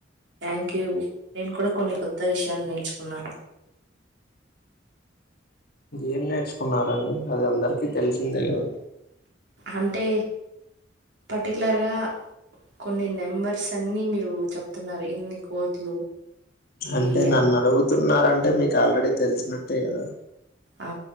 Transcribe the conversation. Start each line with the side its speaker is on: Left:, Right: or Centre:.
Right: థ్యాంక్ యూ నేను కూడా కొన్ని కొత్త విషయాలు నేర్చుకున్నాను
Left: ఏం నేర్చుకున్నారండి అది అందరికి తెలిసిందే కదా
Right: అంటే పర్టికులర్గా కొన్ని నెంబర్స్ అన్ని మీరు చెప్తున్నారు ఇన్ని కోట్లు ఇది
Left: అంటే
Right: అని
Left: నన్నడుగుతు ఉన్నారంటే మీకు ఆల్రెడీ తెలిసినట్టే గదా.
Right: ఆ